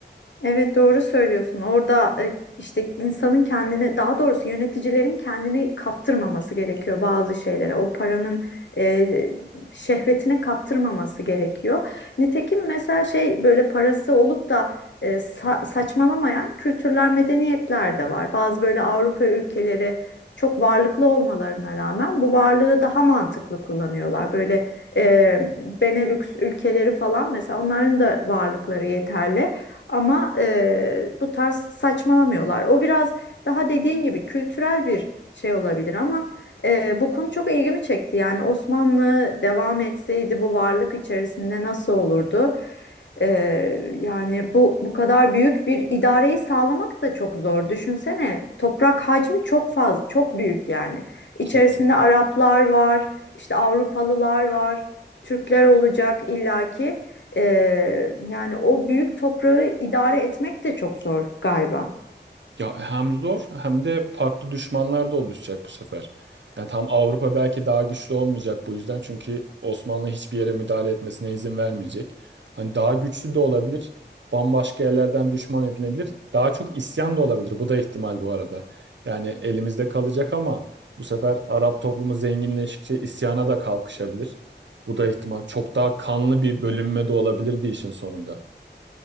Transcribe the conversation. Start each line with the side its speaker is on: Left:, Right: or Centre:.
Left: Evet doğru söylüyorsun. Orada e, işte insanın kendini daha doğrusu yöneticilerin kendini kaptırmaması gerekiyor bazı şeylere. O paranın e, şehvetine kaptırmaması gerekiyor. Nitekim mesela şey böyle parası olup da e, sa- saçmalamayan kültürler, medeniyetler de var. Bazı böyle Avrupa ülkeleri çok varlıklı olmalarına rağmen bu varlığı daha mantıklı kullanıyorlar. Böyle e, Benelux ülkeleri falan mesela onların da varlıkları yeterli. Ama e, bu tarz saçmalamıyorlar. O biraz daha dediğin gibi kültürel bir şey olabilir ama e, bu konu çok ilgimi çekti. Yani Osmanlı devam etseydi bu varlık içerisinde nasıl olurdu? E, yani bu bu kadar büyük bir idareyi sağlamak da çok zor. Düşünsene toprak hacmi çok fazla, çok büyük yani. İçerisinde
Right: Çok çok.
Left: Araplar var, işte Avrupalılar var, Türkler olacak illaki. Ee, yani o büyük toprağı idare etmek de çok zor galiba.
Right: Ya hem zor hem de farklı düşmanlar da oluşacak bu sefer. Yani tam Avrupa belki daha güçlü olmayacak bu yüzden. Çünkü Osmanlı hiçbir yere müdahale etmesine izin vermeyecek. Hani daha güçlü de olabilir. Bambaşka yerlerden düşman edilebilir. Daha çok isyan da olabilir. Bu da ihtimal bu arada. Yani elimizde kalacak ama bu sefer Arap toplumu zenginleştikçe isyana da kalkışabilir. Bu da ihtimal. Çok daha kanlı bir bölünme de olabilirdi işin sonunda.